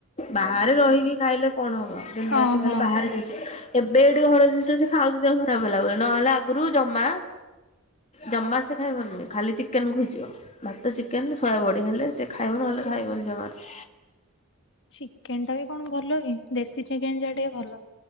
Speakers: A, on the left; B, on the left.
A: ବାହାରେ ରହିକି ଖାଇଲେ କଣ ହବ? ଦିନ
B: ହଁ,
A: ରାତି ଖାଲି
B: ହଁ।
A: ବାହାରେ ଏବେ ଏଠି ଘର ଜିନିଷ ସେ ଖାଉଛି, ଦେହ ଖରାପ ହେଲା ବୋଲି, ନହେଲେ ଆଗରୁ ଜମା ଜମା ସେ ଖାଇବନି
B: ହୁଁ।
A: ଖାଲି ଚିକେନ୍ ଖୁଜିବ। ଭାତ ଚିକେନ୍ ସୋୟାବଡ଼ି ହେଲେ ସେ ଖାଇବ। ନହେଲେ ଖାଇବନି ଜମାରୁ।
B: ଚିକେନ୍ ଟା ବି କଣ ଭଲ କି? ଦେଶୀ ଚିକେନ୍ ଯା ଟିକେ ଭଲ।